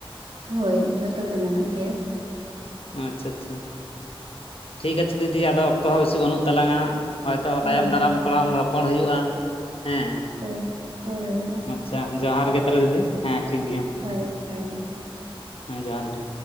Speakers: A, on the right; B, on the left.
A: ᱦᱳᱭ ᱡᱷᱚᱛᱚ ᱜᱮ ᱢᱮᱱᱟᱜ ᱜᱮᱭᱟ᱾
B: ᱟᱪᱪᱷᱟ ᱪᱪᱪᱷᱟ ᱴᱷᱤᱠ ᱜᱟᱪᱷᱮ ᱫᱤᱫᱤ ᱟᱫᱚ ᱚᱠᱛᱚ ᱦᱚᱸ ᱵᱮᱥᱤ ᱵᱟᱹᱱᱩᱜ ᱛᱟᱞᱟᱝᱼᱟ᱾ ᱦᱚᱭ ᱛᱚ
A: ᱦᱳᱭ
B: ᱛᱟᱭᱚᱢ ᱫᱟᱨᱟᱢ
A: ᱦᱳᱭ
B: ᱯᱟᱞᱮᱱ ᱨᱚᱯᱚᱲ ᱦᱳᱭᱳᱜᱼᱟ ᱦᱮᱸ
A: ᱦᱳᱭ ᱦᱳᱭ ᱦᱳᱭ ᱢᱟᱼᱼ
B: ᱟᱪᱪᱷᱟ ᱡᱚᱦᱟᱨ ᱜᱮ ᱛᱟᱦᱚᱞᱮ ᱫᱤᱫᱤ ᱦᱮᱸ ᱴᱷᱤᱠ ᱜᱮᱭᱟ᱾
A: ᱦᱳᱭ ᱡᱚᱦᱟᱨ ᱜᱮᱼᱼ
B: ᱦᱮᱸ ᱡᱚᱦᱟᱨ ᱜᱮ